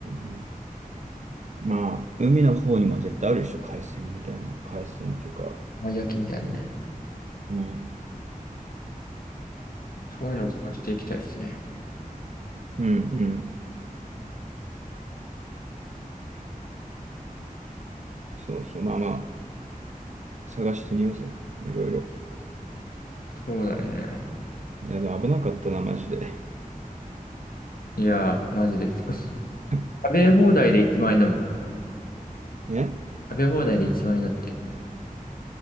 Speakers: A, on the right; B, on the left.
A: うん。まあ、海の方にも絶対あるでしょ、海鮮みたいな。海鮮っていうか、
B: まあ焼きみたいなね。
A: うん。うん、
B: そういうの探していきたいですね。
A: うん。そうそう。まあまあ、探してみようぜ。いろいろ。
B: そうだね。
A: いや、でも危なかったな、マジで。
B: いやー、マジです。食
A: <laughs> ぼったく。
B: べ放題で1万円だもん。
A: ね。
B: 食べ放題で1万円だって。